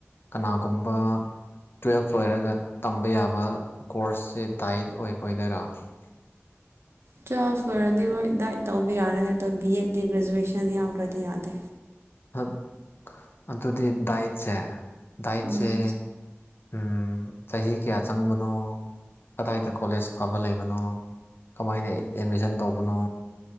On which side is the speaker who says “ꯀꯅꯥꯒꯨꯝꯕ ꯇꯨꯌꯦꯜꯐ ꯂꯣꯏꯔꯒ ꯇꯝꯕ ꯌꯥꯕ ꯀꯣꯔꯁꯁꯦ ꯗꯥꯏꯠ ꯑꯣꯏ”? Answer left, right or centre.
Left